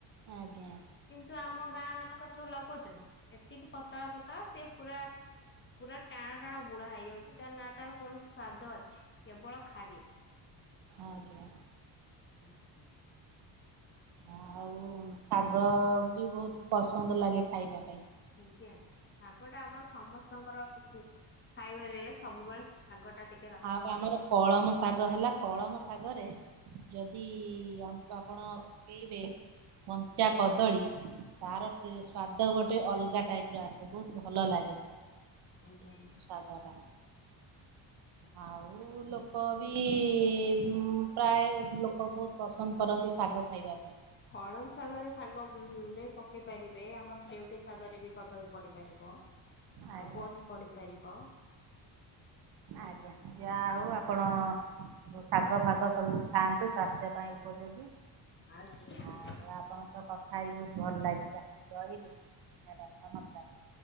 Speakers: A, on the right; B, on the left.
A: ଆଜ୍ଞା!
B: କିନ୍ତୁ ଆମ ଗାଁ ମାନଙ୍କର ସବୁ ଲଗଉଛନ୍ତି ଏତିକି ପତଳା ପତଳା ସିଏ ପୁରା ପୁରା ଟାଣ ଟାଣ ବୁଢ଼ା ହେଇଯାଉଛି ତ ନା ତାର କୌଣସି ସ୍ଵାଦ ଅଛି କେବଳ ଖାରିଆ
A: ଆଜ୍ଞା!
B: <unintelligible>
A: ଆଉ ଶାଗ ବି ବହୁତ ପସନ୍ଦ ଲାଗେ ଖାଇବା ପାଇଁ।
B: ଆଜ୍ଞା! ଶାଗ ଟା ଆମର ସମସ୍ତଙ୍କର କିଛି ଖାଇବାରେ ସବୁବେଳେ ଶାଗ ଟା ଟି
A: ଆଉ ଆମର କଳମ ଶାଗ ହେଲା କଳମ ଶାଗରେ ଯଦି <unintelligible> ଆପଣ ପିଇବେ କଞ୍ଚା କଦଳୀ ତାର ସ୍ଵାଦ ଗୋଟେ ଅଲଗା ଟାଇପ୍ ର ଆସେ ବହୁତ ଭଲ ଲାଗେ।
B: <unintelligible>
A: ସ୍ୱାଦ ଟା ଆଉ ଲୋକ ବି ପ୍ରାୟ ଲୋକ ବହୁତ ପସନ୍ଦ କରନ୍ତି ଶାଗ ଖାଇବା ପାଇଁ।
B: କଳମ ଶାଗରେ, ଶାଗରେ ପକେଇ ପାରିବେ ଆମର ନେଉଟିଆ ଶାଗରେ ବି କଦଳୀ ପଡ଼ି ପାରିବ,
A: ଆଜ୍ଞା।
B: ଆଉ ବଡ଼ି ପଡ଼ି ପାରିବ।
A: ଆଜ୍ଞା ଯାହା ହଉ ଆପଣ ଶାଗ ଫାଗ ସବୁ ଖାଆନ୍ତୁ ସ୍ୱାସ୍ଥ୍ୟ ପାଇଁ ଉପଯୋଗୀ।
B: <unintelligible>
A: ଆଜ୍ଞା ଆପଣଙ୍କ ସହ କଥା ହେଇ ବହୁତ ଭଲ ଲାଗିଲା ରହିଲି, ମ୍ୟାଡ଼ାମ୍ ନମସ୍କାର!